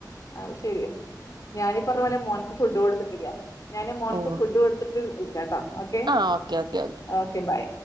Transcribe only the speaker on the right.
ഓഹ്
ആഹ് ഓക്കെ ഓക്കെ